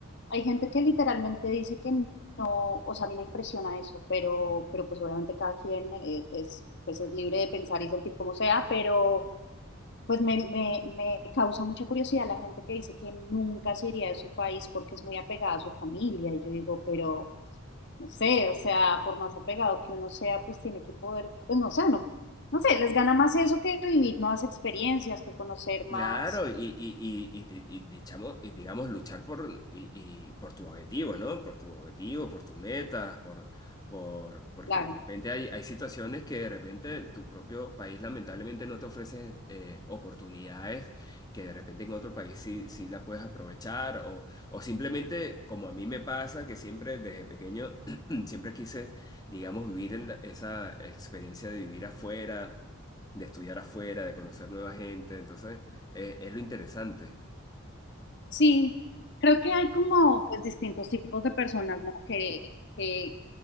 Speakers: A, on the left; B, on the left.
A: Hay gente que literalmente dice que no, o sea, a mí me impresiona eso, pero, pero pues obviamente cada quien eh, es, pues es libre de pensar y sentir como sea, pero pues me, me, me causa mucha curiosidad la gente que dice que nunca se iría de su país porque es muy apegada a su familia. Y yo digo, pero no sé, o sea, por más apegado que uno sea, pues tiene que poder, pues no sé, no, no sé, les gana más eso que vivir nuevas experiencias, que conocer más,
B: Claro, y, y, y, y, di- y dichamo- y digamos luchar por, y, y por tus objetivos, ¿no? Por tus objetivos, por tus metas, por, por, porque
A: claro.
B: de repente hay, hay situaciones que de repente tu propio país lamentablemente no te ofrece eh, oportunidades que de repente en otro país sí, sí la puedes aprovechar o, o simplemente como a mí me pasa que siempre desde pequeño <clears throat> siempre quise, digamos, vivir en la- esa experiencia de vivir afuera, de estudiar afuera, de conocer nueva gente, entonces... Eh, es lo interesante.
A: Sí, creo que hay como pues distintos tipos de personas, ¿no? Que, que